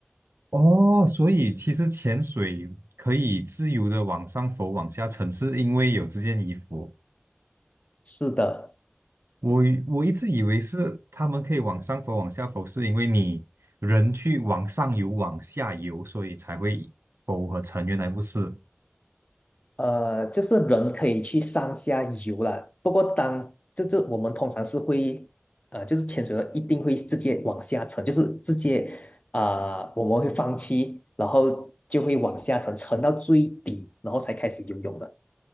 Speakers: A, on the right; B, on the left.
A: 哦，所以其实潜水可以自由的往上浮、往下沉，是因为有这件衣服。
B: 是的，
A: 我以我一直以为是他们可以往上浮、往下浮，是因为你人去往上游、往下游，所以才会浮和沉。原来不是
B: 呃，就是人可以去上下游了，不过当就是我们通常是会，呃，就是潜水的一定会直接往下沉，就是直接啊、呃我们会放弃，然后就会往下沉，沉到最底，然后才开始游泳的。